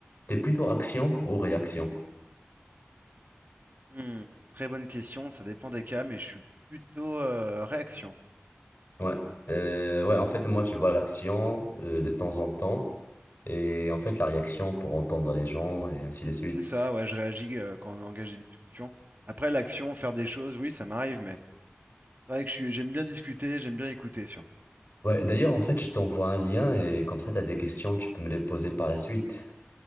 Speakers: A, on the left; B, on the right.
A: T'es plutôt action ou réaction?
B: Hmm, Très bonne question. Ça dépend des cas, mais je suis plutôt euh, réaction.
A: Ouais. Euh, ouais, en fait, moi, tu vois l'action euh, de temps en temps et en fait, la réaction pour entendre les gens et ainsi de suite.
B: C'est ça, ouais, je réagis euh, quand on engage des discussions. Après, l'action, faire des choses, oui, ça m'arrive, mais c'est vrai que je suis, j'aime bien discuter, j'aime bien écouter, surtout.
A: Ouais, d'ailleurs, en fait, je t'envoie un lien et comme ça, t'as des questions, tu peux me les poser par la suite.